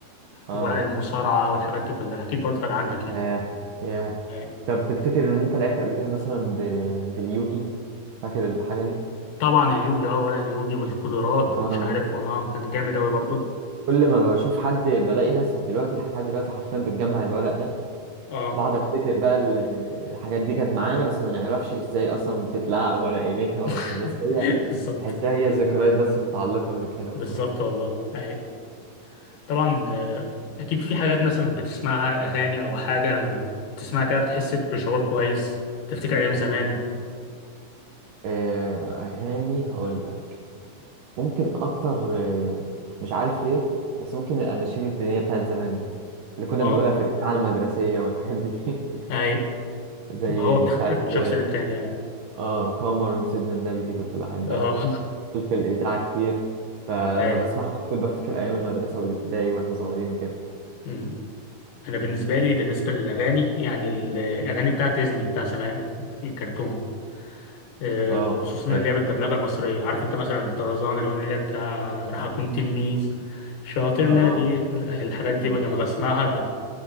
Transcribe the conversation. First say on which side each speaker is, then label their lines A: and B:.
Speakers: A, on the right; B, on the left.
A: اه
B: وورق المصارعة والحاجات دي كلها أكيد برضه كان عندك يعني
A: ياه ياه
B: ايوه
A: طب تفتكر ان انت لعبت قبل كده مثلا ب... باليوجي فاكر الحاجه دي
B: طبعا اليوجي اه ورق اليوجي والقدرات
A: اه
B: ومش عارف اه كان جامد أوي برضه
A: كل ما بشوف حد بلاقي ناس دلوقتي لحد دلوقتي حرفيا بتجمع الورق ده
B: اه
A: بقعد افتكر بقى ال- الحاجات دي كانت معانا بس ما نعرفش ازاي اصلا بتتلعب ولا قيمتها
B: <laughs>
A: ولا كده بس هي
B: بالظبط
A: بحسها هي ذكريات بس متعلقه لكده
B: بالظبط
A: وخلاص
B: والله أي طبعا آه، أكيد في حاجات مثلا بتسمعها أغاني أو حاجة ما بتسمعها كده بتحس بشعور كويس تفتكر أيام زمان
A: آه، أغاني هقول لك ممكن أكتر آه، مش عارف ليه بس ممكن الأناشيد الدينية بتاعت زمان دي اللي كنا
B: اه
A: بنقولها في الإذاعة المدرسية والحاجات دي <laughs>
B: أي
A: زي
B: ما هو بتختلف
A: بتاعت
B: من شخص
A: آه
B: للتاني يعني
A: آه، قمر سيدنا النبي دي كنت بحبها
B: اه
A: كنت في الإذاعة كتير فلما
B: <laughs> ايوه
A: بسمعها على طول بفتكر أيام المدرسة والابتدائي وإحنا صغيرين وكده
B: أمم. انا بالنسبه لي بالنسبه للاغاني يعني الاغاني بتاعه ديزني بتاع زمان الكرتون آه،
A: اه
B: خصوصا
A: حلو
B: اللي هي بالدبلجه المصريه عارف انت مثلا طرزان الاغنيه اللي هي بتاع راح اكون تلميذ شاطر
A: اه
B: نبي لا، الحاجات دي
A: مم.
B: لما بسمعها بت